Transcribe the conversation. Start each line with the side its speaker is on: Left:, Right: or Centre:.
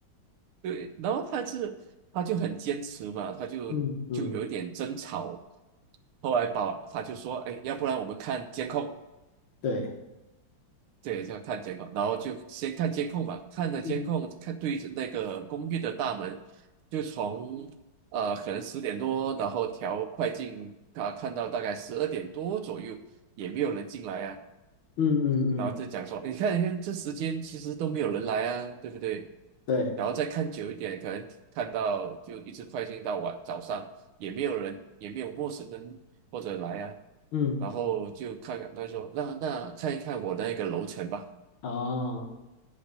Right: 对，然后他是他就很坚持嘛，他就就有一点争吵。
Left: 嗯嗯，
Right: 后来保他就说：“哎，要不然我们看监控。”
Left: 对，
Right: 对，就要看监控，然后就先看监控吧，看着监控，
Left: 嗯
Right: 看对着那个公寓的大门，就从呃可能十点多，然后调快进啊，看到大概十二点多左右，也没有人进来啊，
Left: 嗯嗯，嗯，
Right: 然后就讲说，你看，你看这时间其实都没有人来啊，对不对？
Left: 对，
Right: 然后再看久一点，可能看到就一直快进到晚早上，也没有人，也没有陌生人或者来啊，
Left: 嗯
Right: 然后就看看他说，那那看一看我那个楼层吧。
Left: 哦，